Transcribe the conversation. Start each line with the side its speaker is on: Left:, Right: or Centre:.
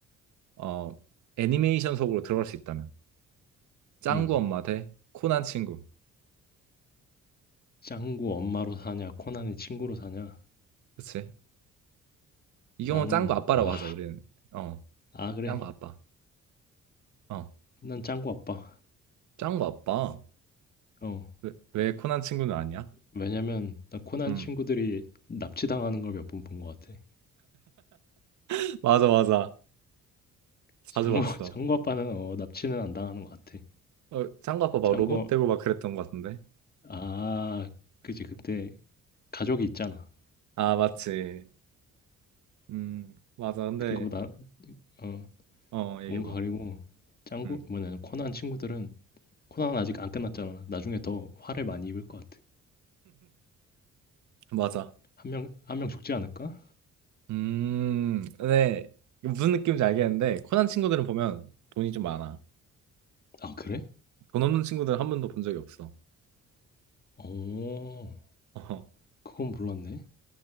Right: 어 애니메이션 속으로 들어갈 수 있다면 짱구
Left: 음.
Right: 엄마 대 코난 친구
Left: 짱구 엄마로 사냐, 코난의 친구로 사냐?
Right: 그치 이
Left: 나는,
Right: 경우 는 짱구 아빠라고
Left: 아,
Right: 하자 우리는 어
Left: 아, 그래.
Right: 짱구 아빠 어
Left: 난 짱구 아빠.
Right: 짱구 아빠
Left: 어.
Right: 왜, 왜 코난 친구는 아니야
Left: 왜냐면, 나 코난
Right: 음
Left: 친구들이 납치당하는 걸 몇 번 본 것 같아.
Right: <laughs> 맞아 맞아 자주
Left: 짱구,
Right: 봤어
Left: <laughs> 짱구 아빠는, 어, 납치는 안 당하는 것 같아.
Right: 어, 짱구 아빠 막
Left: 짱구,
Right: 로봇 되고 막 그랬던 것 같은데.
Left: 아, 그지. 근데, 가족이 있잖아.
Right: 아, 맞지. 음, 맞아. 근데,
Left: 그리고 나, 어,
Right: 어, 얘기해봐.
Left: 뭔가 그리고, 짱구,
Right: 음,
Left: 뭐냐, 코난 친구들은, 코난 아직 안 끝났잖아. 나중에 더 화를 많이 입을 것 같아.
Right: 맞아.
Left: 한 명, 한 명 죽지 않을까?
Right: 음, 근데 이 무슨 느낌인지 알겠는데, 코난 친구들은 보면 돈이 좀 많아.
Left: 아, 그래?
Right: 돈 없는 친구들은 한 번도 본 적이 없어.
Left: 어,
Right: <laughs> 어,
Left: 그건 몰랐네.